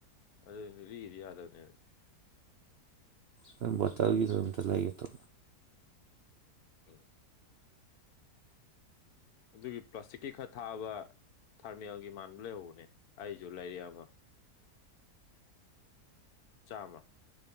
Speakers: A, on the left; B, on the right.
A: ꯑꯗꯨꯗꯤ ꯂꯤꯗꯤ ꯌꯥꯗꯕꯅꯦꯕ
B: ꯅ ꯠꯇꯒ ꯇ ꯂꯩꯒꯦ ꯇꯣ
A: ꯎꯝ ꯑꯗꯨꯒꯤ ꯄ꯭ꯂꯥꯁꯇꯤꯛꯀꯤ ꯈꯔ ꯊꯥꯕ ꯊꯥꯔꯃꯦꯜꯒꯤ ꯃꯥꯟꯕ ꯂꯩꯍꯧꯕꯅꯦ ꯑꯩꯁꯨ ꯂꯩꯔꯛ ꯑꯃ ꯆꯥꯝꯃ